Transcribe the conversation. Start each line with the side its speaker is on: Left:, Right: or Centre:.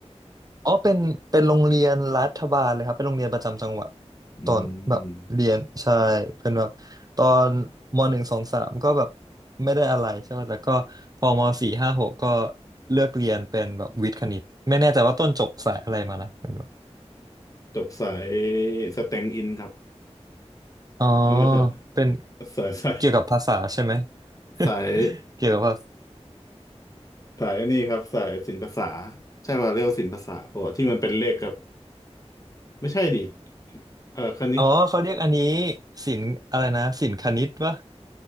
Right: อ๋อเป็นเป็นโรงเรียนรัฐบาลเลยครับเป็นโรงเรียนประจำจังหวัด
Left: อื
Right: ตอนแบบเรียนใช่เป็นแบบตอนมหนึ่งสองสามก็แบบ
Left: ม
Right: ไม่ได้อะไรใช่ไหมแต่ก็พอมสี่ห้าหกก็เลือกเรียนเป็นแบบวิทย์คณิตไม่แน่ใจว่าต้นจบสายอะไรมานะเป็นแบบ
Left: จบสายสแตงอินครับ
Right: อ๋อ
Left: เออไม่ใช่
Right: เป็น
Left: สายสาย
Right: เกี่ยวกับภาษาใช่ไหม
Left: สาย
Right: <laughs> เกี่ยวกับภาษา
Left: สายอันนี้ครับสายศิลปศาสตร์ใช่ว่าเรียกว่าศิลปศาสตร์เพราะว่าที่มันเป็นเลขครับไม่ใช่ดิเออคณิต
Right: อ๋อเขาเรียกอันนี้ศิลป์อะไรนะศิลป์คณิตวะ